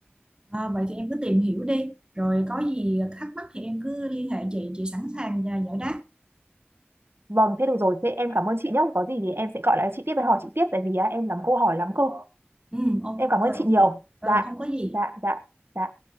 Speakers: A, on the right (about 25°); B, on the right (about 75°).
A: À, vậy thì em cứ tìm hiểu đi, rồi có gì thắc mắc thì em cứ liên hệ chị, chị sẵn sàng và giải đáp.
B: vâng thế được rồi thế em cảm ơn chị nhé có gì thì em sẽ gọi lại chị tiếp và hỏi chị tiếp tại vì á, em làm câu hỏi lắm cơ
A: Ừ, ok,
B: em cảm ơn chị
A: ok.
B: nhiều
A: Ừ,
B: dạ
A: không có gì.
B: dạ dạ dạ